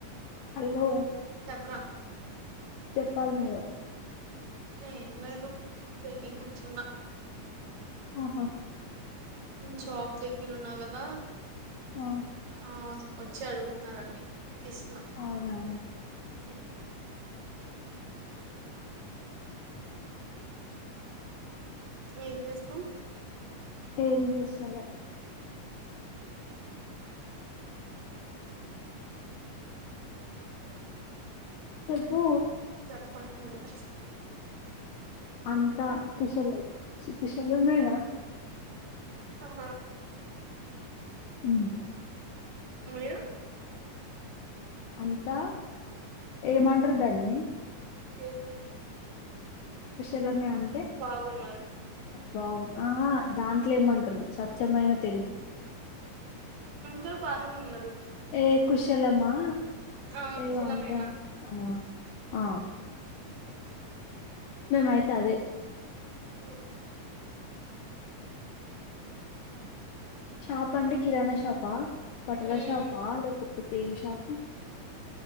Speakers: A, on the left (about 75°); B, on the right (about 80°).
A: హలో
B: చెప్పు రా
A: చెప్పాలి నువ్వే
B: ఏం లేదు తిని కూర్చున్నా
A: ఆహా
B: షాప్ దగ్గర ఉన్నా కదా
A: ఆ
B: ఆ వచ్చి అడుగుతున్నారడి ఇస్తున్నా
A: అవునా
B: హ ఏం చేస్తున్నావ్
A: ఏం చేస్తలే చెప్పు
B: <inaudible>
A: అంతా కుశల కుశల మేనా
B: ఆహా
A: అ
B: మీరు
A: అంతా ఏమంటారు దాన్ని
B: ఏమి
A: ష్ ఎలా అంతే
B: బాగున్నారు
A: బావు ఆ దాంట్లో ఏమంటారు సత్యమైన తెలుగు
B: అందరూ బాగానే ఉన్నారు
A: ఏ కుశలమ్మా
B: ఆ
A: ఏ
B: కుశలమేనా
A: వంటాం ఆ ఆ మేమ్ ఆయితే అదే
B: ఉ
A: షాప్
B: ఉమ్
A: అంటే కిరాణా షాపా బట్టల
B: హ్మ్
A: షాపా లేకపో ఏం షాపు